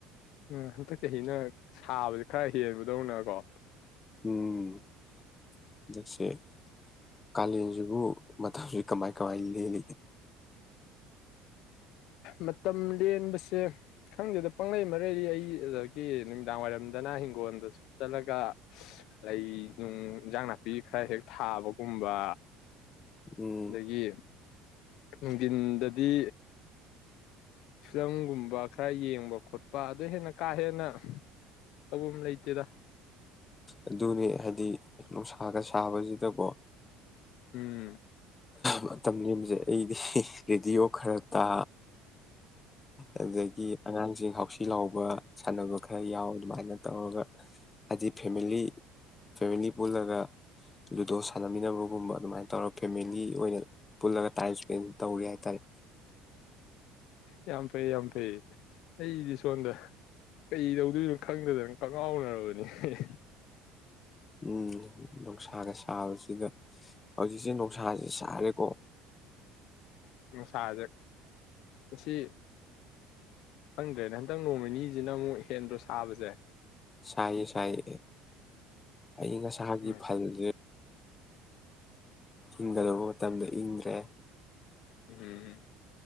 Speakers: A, on the left; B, on the left.
A: ꯎ ꯍꯟꯗꯛ ꯆꯍꯤꯅ ꯁꯥꯕꯁ ꯈꯔ ꯍꯦꯟꯕꯗꯧꯅꯀꯣ
B: ꯎꯝꯗꯛꯁ ꯀꯥꯂꯦꯟꯁꯤꯕꯨ ꯃꯇꯝꯁꯤ ꯀꯃꯥꯏ ꯀꯃꯥꯏ ꯂꯜꯂꯤꯒꯦ
A: ꯃꯇꯝ ꯂꯦꯟꯕꯁꯦ ꯈꯪꯗꯦꯗ ꯄꯪꯂꯩ ꯃꯔꯩꯗꯤ ꯑꯩ ꯑꯗꯨꯗꯒꯤ ꯅꯨꯃꯤꯗꯥꯡ ꯋꯥꯏꯔꯝꯗꯅ ꯍꯤꯡꯒꯣꯜꯗ ꯆꯠꯂꯒ ꯂꯩ ꯅꯨꯡ ꯏꯟꯖꯥꯡ ꯅꯥꯄꯤ ꯈꯔ ꯍꯦꯛ ꯊꯥꯕꯒꯨꯝꯕ
B: ꯎꯝ
A: ꯑꯗꯒꯤ ꯅꯨꯡꯊꯤꯟꯗꯗꯤ ꯐꯤꯂꯝꯪꯒꯨꯝꯕ ꯈꯔ ꯌꯦꯡꯕ ꯈꯣꯠꯄ ꯑꯗꯨ ꯍꯦꯟꯅ ꯀꯥ ꯍꯦꯟꯅ ꯇꯧꯕ ꯂꯩꯇꯦꯗ
B: ꯑꯗꯨꯅꯦ ꯍꯥꯏꯗꯤ ꯅꯨꯡꯁꯥꯒ ꯁꯥꯕꯁꯤꯗꯀꯣ
A: ꯎꯝ
B: ꯃꯇꯝꯁꯦ <unintelligible> ꯑꯩꯗꯤ ꯔꯦꯗꯤꯑꯣ ꯈꯔ ꯇꯥ ꯑꯗꯒꯤ ꯑꯉꯥꯡꯁꯤꯡ ꯍꯥꯎꯆ ꯐꯤꯜ ꯂꯥꯎꯕ ꯁꯥꯟꯅꯕ ꯈꯔ ꯌꯥꯎ ꯑꯗꯨꯃꯥꯏꯅ ꯇꯧꯔꯒ ꯍꯥꯏꯗꯤ ꯐꯦꯃꯤꯂꯤ ꯐꯦꯃꯤꯂꯤ ꯄꯨꯜꯂꯒ ꯂꯨꯗꯣ ꯁꯥꯟꯅꯃꯤꯟꯅꯕꯒꯨꯝꯕ ꯑꯗꯨꯃꯥꯏꯅ ꯇꯧꯔ ꯐꯦꯃꯤꯂꯤ ꯑꯣꯏꯅ ꯄꯨꯜꯂꯒ ꯇꯥꯏꯝ ꯏꯁꯄꯦꯟ ꯇꯧꯔꯤꯦ ꯍꯥꯏꯇꯥꯔꯦ
A: ꯌꯥꯝ ꯐꯩ ꯌꯥꯝ ꯐꯩ ꯑꯩꯗꯤ ꯁꯣꯝꯗ ꯀꯩ ꯇꯧꯗꯣꯏꯅꯣ ꯈꯪꯗꯗꯅ ꯀꯪꯉꯥꯎꯅꯔꯕꯅꯤ ꯑꯩ
B: ꯎꯝ ꯅꯨꯡꯁꯥꯒ ꯁꯥꯕꯁꯤꯒ ꯍꯧꯖꯤꯛꯁꯦ ꯅꯨꯡꯁꯥꯁꯦ ꯁꯥꯔꯦꯀꯣ
A: ꯁꯥꯗ꯭ꯔꯦ ꯃꯁꯤ ꯈꯪꯗ꯭ꯔꯦꯅꯦ ꯍꯟꯗꯛ ꯅꯣꯡꯃ ꯅꯤꯁꯤꯅ ꯑꯃꯨꯛ ꯍꯦꯟꯗ꯭ꯔꯣ ꯁꯥꯕꯁꯦ
B: ꯁꯌꯦ ꯁꯌꯦ ꯑꯏꯪ ꯑꯁꯥꯒꯤ
A: ꯎꯝ
B: ꯐꯜꯁꯦ ꯏꯪꯒꯗꯕ ꯃꯇꯝꯗ ꯏꯪꯗ꯭ꯔꯦ
A: ꯎꯝꯝ